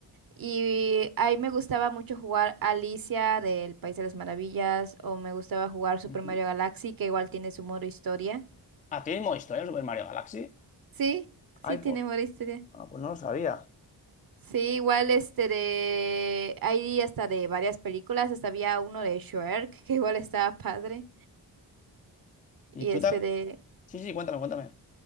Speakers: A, on the right (about 55°); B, on the left (about 20°).
A: Y ahí me gustaba mucho jugar Alicia del País de las Maravillas. O me gustaba jugar Super
B: ujú.
A: Mario Galaxy, que igual tiene su modo historia.
B: Ah, ¿tienes modo historia el Super Mario Galaxy?
A: Sí,
B: Ay,
A: sí tiene
B: pues,
A: modo historia.
B: ah, pues no lo sabía.
A: Sí, igual este de... Hay hasta de varias películas, hasta había uno de Shrek, <laughs> que igual estaba padre,
B: ¿Y
A: y
B: tú
A: este
B: te...
A: de...
B: Sí, sí, cuéntame, cuéntame.